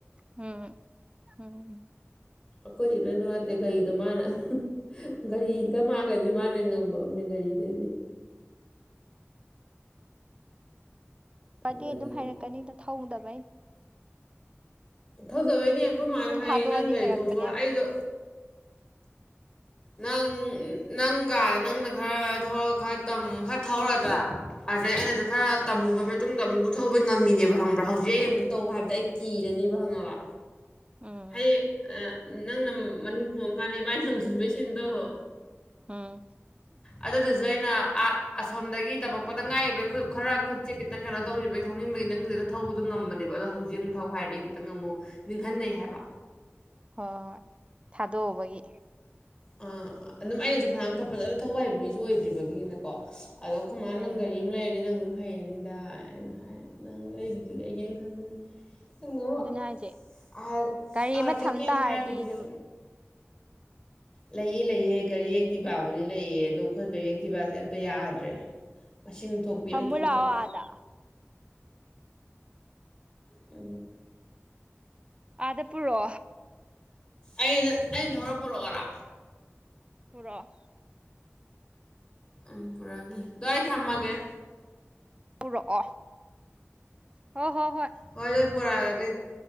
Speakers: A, on the right; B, on the left.
A: ꯎꯝ ꯎꯝ
B: ꯑꯩꯈꯣꯏꯗꯤ ꯅ ꯑꯗꯨ ꯑꯗꯤꯩꯗ ꯃꯥꯅ ꯒꯥꯔꯤꯒ ꯃꯥꯥꯟꯒꯗꯤ ꯃꯥꯅ ꯉꯝꯕ ꯑꯃꯅꯦ ꯒꯥꯔꯤꯗꯩꯗꯤ
A: ꯐꯗꯤ
B: ꯑꯗꯨꯗꯨꯅ
A: ꯑꯗꯨꯝ ꯍꯥꯏꯔꯛꯀꯅꯤꯗ ꯊꯧꯗꯕꯩꯩꯅ
B: ꯊꯧꯗꯕꯩꯅꯦ ꯑꯩꯈꯣꯏ ꯃꯥꯅ
A: ꯁꯨꯝ
B: ꯍꯥꯏꯌꯦ
A: ꯊꯥꯗꯣꯛꯑꯗꯤ
B: ꯅꯪ ꯒꯥꯔꯤ
A: ꯍꯩꯔꯛꯄꯅꯦꯕ
B: ꯊꯧꯕ ꯑꯩꯗꯣ ꯅꯪ ꯅꯪꯒꯗ ꯅꯪꯅ ꯈꯔ ꯊꯧꯔꯒ ꯈꯔ ꯈꯔ ꯊꯧꯔꯗ꯭ꯔꯥ ꯑꯗꯩ ꯑꯩꯅꯁꯨ ꯈꯔ ꯇꯝꯃꯨꯕ
A: ꯎꯝ
B: ꯃꯇꯨꯡꯗ ꯑꯃꯨꯛ ꯊꯧꯕ ꯉꯝꯃꯤꯅꯦꯕ ꯈꯪꯕ꯭ꯔꯥ ꯍꯧꯖꯤꯛ ꯑꯩ ꯑꯃꯨꯛ ꯇꯧ ꯍꯥꯏꯕꯗ ꯑꯩ ꯀꯤꯔꯅꯤꯕ ꯍꯪꯉꯕ
A: ꯎꯝ
B: ꯍꯌꯦ ꯅꯪꯅ ꯃꯅꯨꯡꯅꯤꯡ ꯇꯣꯡꯉꯀꯥꯟꯗ ꯚꯕꯥ ꯑꯩꯅ ꯂꯣꯡꯁꯤꯟꯕꯩ ꯁꯤꯟꯗꯧꯍꯣ
A: ꯎꯝ
B: ꯑꯗꯨꯗꯨꯁꯨ ꯑꯩꯅ ꯁꯣꯝꯗꯒꯤ ꯇꯝꯃꯛꯄꯗ ꯉꯥꯏꯕ ꯈꯨꯠ ꯈꯔ ꯈꯨꯠꯁꯦ ꯈꯤꯇꯪ ꯀꯩꯅꯣ ꯇꯧꯔꯤꯕꯩ ꯊꯧꯅꯤꯡꯕꯒꯤ ꯅꯪꯗꯨꯗ ꯊꯧꯕꯗꯨꯗꯣ ꯉꯝꯕꯅꯦꯕ ꯑꯗꯣ ꯍꯧꯖꯤꯛ ꯑꯃꯨꯛ ꯊꯧ ꯍꯥꯏꯔꯗꯤꯩ ꯈꯤꯇꯪ ꯑꯃꯨꯛ ꯅꯤꯡꯍꯟꯅꯩ ꯍꯥꯏꯕ
A: ꯍꯣꯏ ꯊꯥꯗꯣꯛꯎꯕꯒꯤ
B: ꯑꯥ ꯑꯗꯨꯝ ꯑꯩꯅꯁꯨ ꯐꯌꯥꯝꯄꯖꯅ ꯊꯧꯕꯏ ꯍꯥꯏꯕ ꯃꯤꯁꯨ ꯑꯣꯏꯗ꯭ꯔꯤꯕꯒꯤꯅꯀꯣ ꯑꯗꯣ ꯀꯃꯥꯏꯅ
A: ꯎꯝ
B: ꯅꯪ ꯒꯥꯔꯤ ꯑꯃ ꯂꯩꯔꯗꯤ ꯅꯪ ꯑꯗꯨꯝ ꯍꯩꯔꯅꯤꯗꯥꯏꯅ ꯍꯥꯏ ꯅꯪ ꯂꯩꯕꯨꯗꯤ ꯂꯩꯒꯦꯅ ꯈꯟꯕꯅꯤ ꯅ
A: ꯑꯗꯨꯅꯦ ꯍꯥꯏꯁꯦ ꯒꯥꯔꯤ
B: ꯑꯥ
A: ꯑꯃ
B: ꯆꯠꯀꯦꯅ
A: ꯊꯝ ꯇꯥꯔꯗꯤ
B: ꯍꯥꯏꯕꯗꯨꯁꯨ
A: ꯑꯗꯨꯝ
B: ꯂꯩꯌꯦ ꯂꯩ ꯒꯥꯔꯤ ꯌꯦꯛꯇꯤꯚꯕꯨꯗꯤ ꯂꯩꯌꯦꯦ ꯑꯗꯣ ꯈꯣꯄ ꯌꯦꯛꯇꯤꯚꯁꯦ ꯑꯝꯇ ꯌꯥꯗ꯭ꯔꯦ ꯃꯁꯤꯡ ꯊꯣꯛꯄꯤ
A: ꯊꯃꯨꯂꯑꯣ
B: ꯑꯃ ꯊꯣꯛꯇ꯭ꯔꯦ
A: ꯑꯗ
B: ꯑ
A: ꯑꯗ ꯄꯨꯔꯣ
B: ꯑꯩꯅ ꯑꯩꯅ ꯊꯧꯔ ꯄꯣꯔꯛꯑꯣꯔꯥ
A: ꯄꯨꯔꯛꯑꯣ
B: ꯎꯝ ꯄꯨꯔꯛꯅꯤ ꯑꯗꯨ ꯑꯩ ꯊꯝꯃꯒꯦ
A: ꯄꯨꯔꯛꯑꯣ ꯍꯣ ꯍꯣꯏ
B: ꯍꯣꯏ ꯂꯣꯏ ꯄꯨꯔꯛꯑꯒꯦ